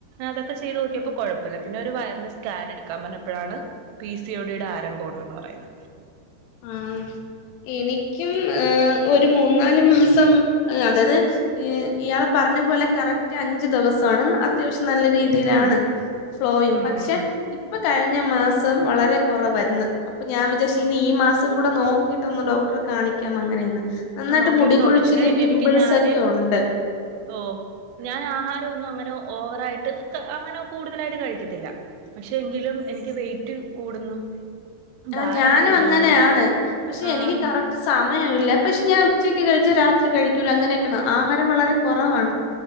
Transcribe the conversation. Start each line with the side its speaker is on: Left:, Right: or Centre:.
Right: അതൊക്കെ ചെയ്ത് നോക്കിയപ്പോ കുഴപ്പമില്ല പിന്നെ ഒരു വയറിന് സ്കാൻ എടുക്കാൻ പറഞ്ഞപ്പോഴാണ് പി സി യോ ഡി ടെ ആരംഭമുണ്ടന്ന് പറയുന്ന
Left: ഉം എനിക്കും ഏ ഒരു മൂന്നാല് മാസം അതായത് ഇയാളെ പറ പറഞ്ഞ പോലെ കറക്റ്റ് അഞ്ച് ദിവസമാണ് അത്യാവശ്യം നല്ല രീതിയിലാണ്
Right: ഉം
Left: ഫ്ലോയും
Right: ഉം
Left: പക്ഷെ
Right: ഉം ഉം
Left: ഇപ്പ കഴിഞ്ഞ മാസം വളരെ കുറവായിരുന്നു അപ്പൊ ഞാൻ വിചാരിച്ച ഇനി മാസം കൂടെ നോക്കിയിട്ടൊന്ന് ഡോക്ടറെ കാണിക്കാം അങ്ങനെയന്ന് - നന്നായിട്ട്
Right: നോക്കിട്ട്
Left: മുടി
Right: നോക്ക
Left: കൊഴിച്ചില്
Right: പക്ഷെ
Left: പിംപിൾസ്
Right: എനിക്ക് ഞാന്
Left: ഒക്കെ ഉണ്ട്.
Right: ഓ ഞാൻ ആഹാരം ഒന്നും അങ്ങനെ ഓവറായിട്ട് അങ്ങനെ കൂടുതലായിട്ട് കഴിക്കത്തില്ല പക്ഷെ എങ്കിലും എനിക്ക് വെയിറ്റ് കൂടുന്നു.
Left: ആ
Right: ഭാരം
Left: ഞാനും
Right: കൂടുന്നു
Left: അങ്ങനെയാണ് പക്ഷെ
Right: ആഹ്
Left: എനിക്ക് കറക്റ്റ് സമയവില്ല പക്ഷെ ഞാൻ - ക്ക് കഴിച്ചാ രാത്രി കഴിക്കൂല അങ്ങനെയൊക്കെയാണ് ആഹാരം വളരെ കൊറവാണ്